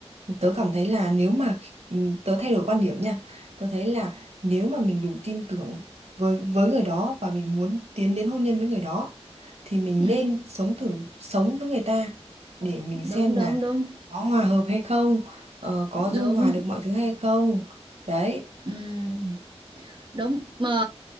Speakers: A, on the right; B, on the right.
A: Tớ cảm thấy là nếu mà ừm, tớ thay đổi quan điểm nha, tớ thấy là
B: ừ
A: nếu mà mình đủ tin tưởng với với người đó và mình muốn tiến đến hôn nhân với người đó thì mình
B: ừ.
A: nên sống thử sống với người ta để mình
B: đúng
A: xem
B: đúng
A: là
B: đúng
A: có hòa hợp hay không, ờ, có
B: đúng
A: dung hòa được mọi thứ hay không. Đấy.
B: ừ đúng mà